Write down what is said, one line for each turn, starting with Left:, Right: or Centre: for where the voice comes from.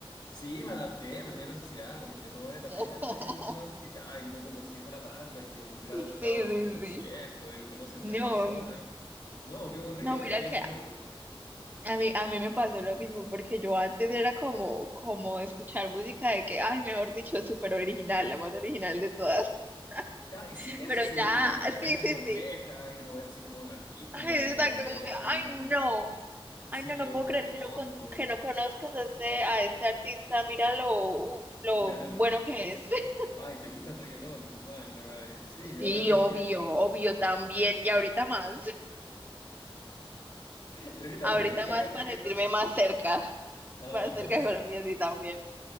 Left: Sí, me adapté, me uní a la sociedad, como que no vale la
Right: <laughs>
Left: pena ser un weón que, ay, no conocías a la banda, que ha
Right: Sí,
Left: tocado
Right: sí,
Left: en dos conciertos
Right: sí.
Left: y lo conocen
Right: No,
Left: tres personas.
Right: mm,
Left: No, qué aburrido,
Right: no, mira
Left: te quedáis
Right: que
Left: solo.
Right: a mí, a mí me pasó lo mismo, porque yo antes era como, como escuchar música de que, ay, mejor dicho, súper original, la más original de todas.
Left: Ca-
Right: <laughs>
Left: Sí, eso,
Right: Pero
Left: sí,
Right: ya,
Left: como propuestas
Right: sí, sí,
Left: complejas
Right: sí.
Left: y una wea así como artística
Right: Ay,
Left: y como
Right: exacto,
Left: que
Right: como
Left: hoy
Right: que, ay,
Left: con un,
Right: no.
Left: sí,
Right: Ay, no, no
Left: con
Right: puedo
Left: un trasfondo,
Right: creer que no, con- que no conozcas a este, a este artista. Mira lo, uf, lo
Left: <laughs> claro.
Right: bueno que es. <laughs>
Left: Ay, ¿te gusta el reggaetón? Qué mal, y la wea, y sí, y ahora
Right: Sí,
Left: como
Right: obvio,
Left: que,
Right: obvio también. Y ahorita más.
Left: <laughs> y ahorita
Right: Ahorita
Left: más te carga
Right: más
Left: el
Right: para
Left: reggaetón
Right: sentirme
Left: también.
Right: más cerca.
Left: Ah,
Right: Más cerca
Left: <laughs>
Right: de Colombia, sí, también.